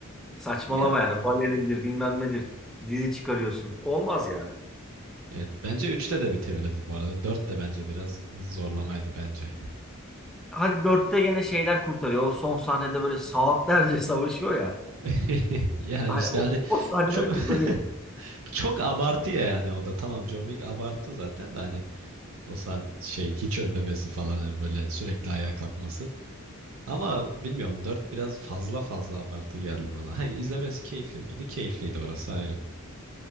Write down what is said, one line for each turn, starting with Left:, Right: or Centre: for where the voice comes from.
Centre: Saçmalama
Right: Ya
Centre: yani balerindir bilmem nedir. Dizi çıkarıyorsun. Olmaz yani.
Right: evet bence üçte de bitebilirdi bu arada. dört de bence biraz zorlamaydı bence.
Centre: Hadi dörtte gene şeyler kurtarıyor. O son sahnede böyle saatlerce <laughs> savaşıyor ya.
Right: <laughs> Ya
Centre: Ay,
Right: işte
Centre: o,
Right: hani
Centre: o sahneler
Right: çok
Centre: kurtarıyor.
Right: <laughs> çok abartı ya yani o da tamam John Wick abartı zaten de hani o saat şey hiç ölmemesi falan hani böyle sürekli ayağa kalkması. Ama bilmiyorum 4 biraz fazla fazla abartı geldi bana. Ha, izlemesi keyifli miydi? Keyifliydi orası ayrı.